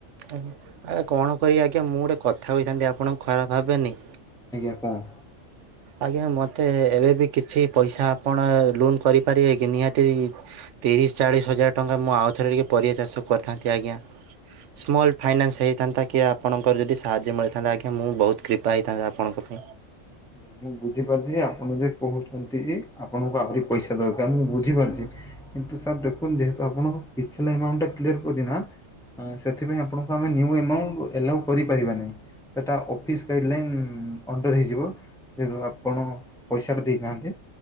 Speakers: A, on the right; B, in the centre.
A: ଆଜ୍ଞା କଣ କରିବି ଆଜ୍ଞା ମୁଁ ଗୋଟେ କଥା କହିଥାନ୍ତି ଆପଣଙ୍କୁ ଖରାପ ଭାବିବେନି?
B: ଆଜ୍ଞା କଣ?
A: ଆଜ୍ଞା ମତେ ଏବେ ବି କିଛି ପଇସା ଆପଣ ଲୋନ୍ କରିପାରିବେ କି ନିହାତି ତିରିଶ-ଚାଳିଶ ହଜାର ଟଙ୍କା ମୁଁ ଆଉ ଥରେ ଟିକେ ପରିବା ଚାଷ କରିଥାନ୍ତି ଆଜ୍ଞା। ସ୍ମଲ୍ ଫାଇନାନ୍ସ ହୋଇଥାନ୍ତା କି ଆପଣଙ୍କର ଯଦି ସାହାଯ୍ୟ ମିଳିଥାନ୍ତା ଆଜ୍ଞା ମୁଁ ବହୁତ କ୍ରିପା ହୋଇଥାନ୍ତା ଆପଣଙ୍କ ପାଇଁ।
B: ଆଜ୍ଞା ମୁଁ ବୁଝିପାରୁଛି ଆପଣ ଯେ କହୁଛନ୍ତି ଆପଣଙ୍କୁ ଆହୁରି ପଇସା ଦରକାର ମୁଁ ବୁଝିପାରୁଛି। କିନ୍ତୁ ସାର୍ ଦେଖନ୍ତୁ ଯେହେତୁ ଆପଣଙ୍କୁ ପିଛଲା ଆମାଉଣ୍ଟଟା କ୍ଲିଅର କରିନା ଆଁ ସେଥିପାଇଁ ଆପଣଙ୍କୁ ଆମେ ନିଉ ଆମାଉଣ୍ଟ ଆଲାଉ କରିପାରିବା ନାହିଁ ସେଟା ଅଫିସ କ୍ରାଇ <unintelligible> ଅଣ୍ଡର ହେଇଯିବ ଯେହେତୁ ଆପଣ ପଇସାଟା ଦେଇନାହାନ୍ତି।